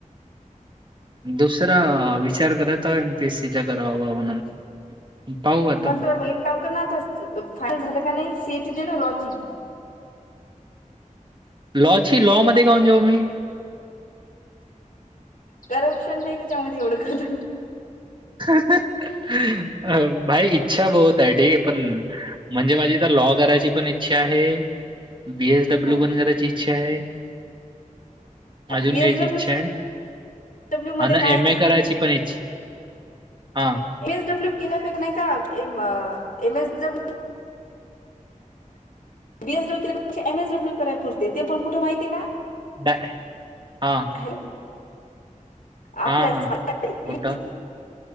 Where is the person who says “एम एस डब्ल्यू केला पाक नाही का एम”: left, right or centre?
Left